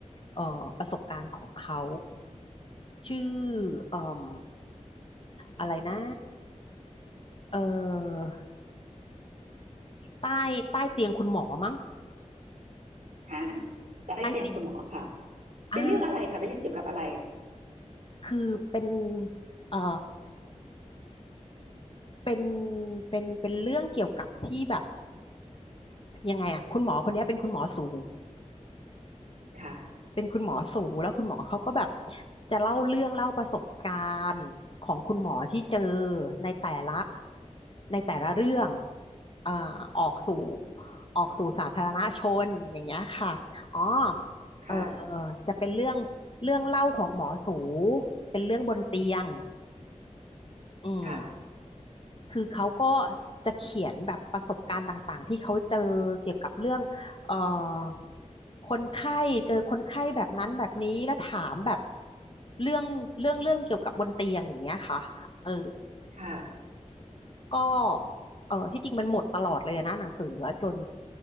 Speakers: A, on the left (about 45°); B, on the right (about 80°).
A: เอ่อประสบการณ์ของเขาชื่อเอ่มอะไรนะเอ่อใต้ใต้เตียงคุณหมอมั้ง
B: หาใต้เตียงคุณหมอค่ะ
A: ใต้ติด
B: เป็นเรื่องอะไรค่ะเป็นเรื่องเกี่ยวกับอะไร
A: อ่าคือเป็นเอ่อ เป็นเป็นเป็นเรื่องเกี่ยวกับที่แบบยังไงอะคุณหมอคนเนี้ยเป็นคุณหมอสู
B: ค่ะ
A: เป็นคุณหมอสูแล้วคุณหมอเขาก็แบบจะเล่าเรื่องเล่าประสบการณ์ของคุณหมอที่เจอในแต่ละในแต่ละเรื่องอ่าออกสู่ออกสู่สาธารณชนอย่างเงี้ยค่ะอ๋อ
B: ค่ะ
A: เออจะเป็นเรื่องเรื่องเล่าของหมอสูเป็นเรื่องบนเตียงอืม
B: ค่ะ
A: คือเขาก็จะเขียนแบบประสบการณ์ต่างๆที่เขาเจอเกี่ยวกับเรื่องเอ่อคนไข้เจอคนไข้แบบนั้นแบบนี้แล้วถามแบบเรื่องเรื่องเรื่องเกี่ยวกับบนเตียงอย่างเงี้ยค่ะเออ
B: ค่ะ
A: ก็เออที่จริงมันหมดตลอดเลยนะหนังสืออะจน